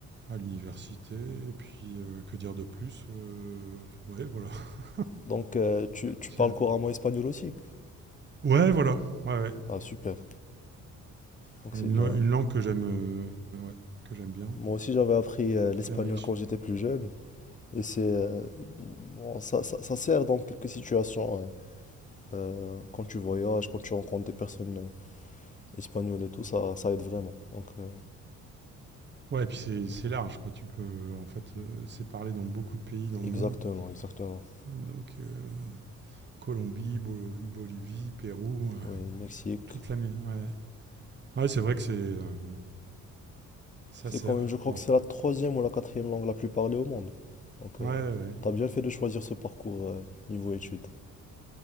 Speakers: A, on the right (about 35°); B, on the left (about 25°).
A: à l'université et puis, heu, que dire de plus? Heu, ouais, voilà. <laughs>
B: Donc euh, tu, tu
A: J'ai
B: parles couramment espagnol aussi.
A: ouais, voilà, ouais, ouais,
B: Ah super. Donc
A: une
B: c'est bien.
A: lan une langue que j'aime, heu, ouais, que j'aime bien,
B: Moi aussi j'avais appris euh, l'espagnol
A: très riche.
B: quand j'étais plus jeune. Et c'est euh, bon, ça, ça- ça sert dans quelques situations. euh, euh, quand tu voyages, quand tu rencontres des personnes euh, espagnoles et tout, ça, ça aide vraiment. Donc euh,
A: Ouais, et puis c'est c'est large quoi, tu peux, euh, en fait, heu, c'est parlé dans beaucoup de pays dans
B: exactement,
A: le monde,
B: exactement.
A: donc heu, Colombie, Bolo Bolivie, Pérou, heu,
B: Oui, Mexique,
A: toute l'Amé ouais. Ouais, c'est vrai que c'est, hem, ça
B: C'est
A: sert.
B: quand même, je crois
A: Bon,
B: que c'est la troisième ou la quatrième langue la plus parlée au monde. Donc,
A: Ouais,
B: euh,
A: ouais.
B: tu t'as bien fait de choisir ce parcours euh, niveau études.